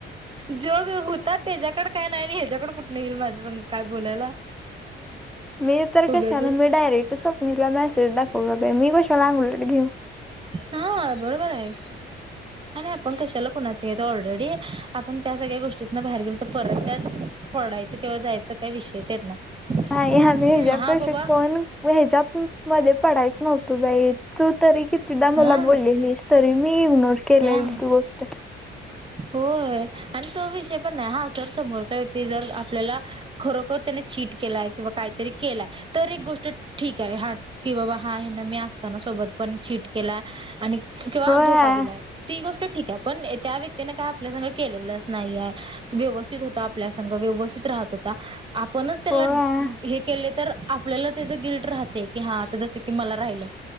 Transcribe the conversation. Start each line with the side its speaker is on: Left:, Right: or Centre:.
Right: जोग होतात त्याच्या्याकड काय नाही आणि हच्या्याकड कुठून येईल माझं संग काय बोलायला
Centre: मी तर
Right: उगच
Centre: कशाला मी डायरेक्ट सोप मी हिला मॅसेज दाखवला बई मी कशाला अंगलट घेऊ?
Right: हा बरोबर आहे. आणि आपण कशाला कोणाच घेतो ऑलरेडी आपण त्या सगळ्या गोष्टीतन बाहेर गेलो तर परत त्यात पडायचं किंवा जायचं काय विषयच येत नाही.
Centre: हाय आमी हेज्यापशी
Right: हम्म हा बाबा
Centre: कोन? व हे ज्यात मध्ये पडायच नव्हतो बई तू तरी किती कितीदा
Right: हा
Centre: मला बोललेलीस तरी मी इग्नोर केलेली
Right: हा
Centre: ती गोष्ट.
Right: होय आणि तो विषय पण नाही हा सर समोरचा व्यक्ती जर आपल्याला खरोखर त्यान चीट केलाय किंवा काहीतरी केलाय तर एक गोष्ट ठीक आहे हा की बाबा हा हे ना मी असताना सोबत पण चीट केला आणि किंवा
Centre: होय
Right: धोका दिलाय ती गोष्ट ठीक आहे पण त्या व्यक्तीने काय आपल्या संग केलेलं अस नाही आहे व्यवस्थित होत आपल्या संग व्यवस्थित राहत हो आपणच त्याला
Centre: होय
Right: हे केलय तर आपल्याला त्याचं गिल्ट राहतय की हा आता जसं की मला राहिलं